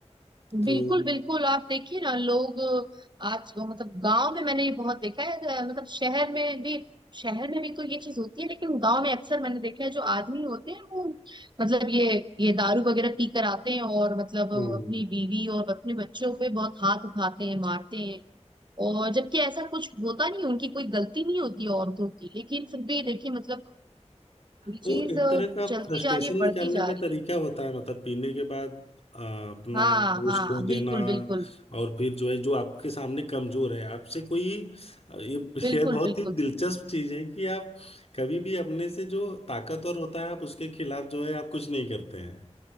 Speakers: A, on the left; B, on the right.
A: तो
B: बिल्कुल बिल्कुल आप देखिए ना लोग आज मतलब गांव में मैंने ये बहुत देखा है अ, मतलब शहर में भी शहर में भी तो ये चीज होती है लेकिन गांव में अक्सर मैंने देखा है जो आदमी होते हैं वो मतलब ये ये दारू वगैरह पी कर आते हैं और मतलब
A: हम्म
B: अपनी बीवी और अपने बच्चों पे बहुत हाथ उठाते हैं मारते हैं और जबकि ऐसा कुछ होता नहीं उनकी कोई गलती नहीं होती है औरतों की लेकिन फिर भी देखिए मतलब ये
A: वो
B: चीज
A: एक
B: अ,
A: तरह का
B: चलती
A: फ्रस्ट्रेशन
B: जा रही है
A: निकालने
B: बढ़ती जा
A: का
B: रही
A: तरीका
B: है
A: होता है मतलब पीने के बाद अ, अपना
B: हाँ
A: होश
B: हाँ
A: खो देना
B: बिल्कुल बिल्कुल
A: और फिर जो है जो आपके सामने कमजोर है आपसे कोई ये
B: बिल्कुल
A: ये बहुत
B: बिल्कुल
A: ही दिलचस्प चीज है कि आप कभी भी अपने से जो ताकतवर होता है आप उसके खिलाफ जो है आप कुछ नहीं करते हैं